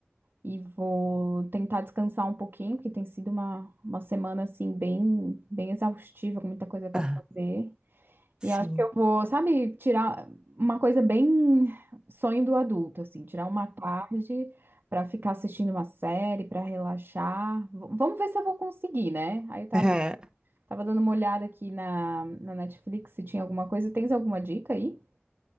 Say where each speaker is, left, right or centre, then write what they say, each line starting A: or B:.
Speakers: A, on the right; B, on the right.
A: e vou tentar descansar um pouquinho, porque tem sido uma, uma semana assim bem, bem exaustiva, com muita coisa pra
B: Ah,
A: fazer.
B: sim.
A: E acho que eu vou, sabe, tirar uma coisa bem sonho do adulto, assim, tirar uma tarde pra ficar assistindo uma série, pra relaxar. V- vamos ver se eu vou conseguir, né? Aí eu tava
B: É.
A: Tava dando uma olhada aqui na, na Netflix se tinha alguma coisa. Tens alguma dica aí?